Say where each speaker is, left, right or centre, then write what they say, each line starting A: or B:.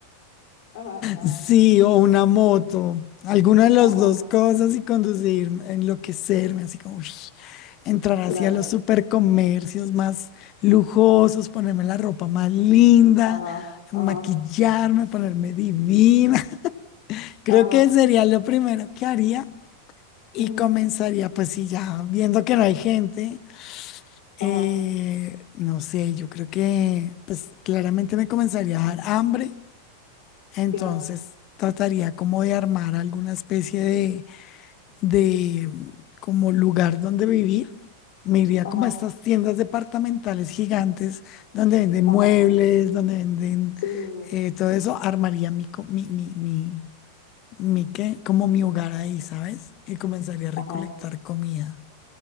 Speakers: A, on the left (about 55°); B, on the left (about 35°).
A: ajá, ajá,
B: Sí, o una moto, alguna de las
A: ajá,
B: dos cosas y conducir, enloquecerme, así como uy, entrar hacia
A: claro,
B: los supercomercios más lujosos, ponerme la ropa más linda,
A: ajá,
B: maquillarme,
A: ajá,
B: ponerme divina. <laughs> Creo
A: ajá,
B: que sería lo primero que haría y
A: ujú,
B: comenzaría, pues sí, ya viendo que no hay gente, eh,
A: ajá,
B: no sé, yo creo que pues claramente me comenzaría a dar hambre entonces,
A: claro,
B: trataría como de armar alguna especie de, de como lugar donde vivir. Me iría
A: ajá,
B: como a estas tiendas departamentales gigantes donde venden muebles,
A: ajá,
B: donde venden
A: sí, sí, sí,
B: eh, todo eso. Armaría mi, co- mi, mi, mi, mi ¿qué? Como mi hogar ahí, ¿sabes? Y comenzaría a recolectar
A: ajá,
B: comida.